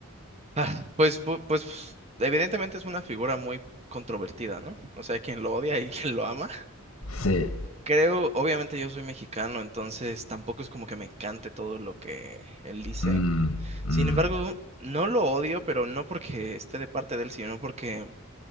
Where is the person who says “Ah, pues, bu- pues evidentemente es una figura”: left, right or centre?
Right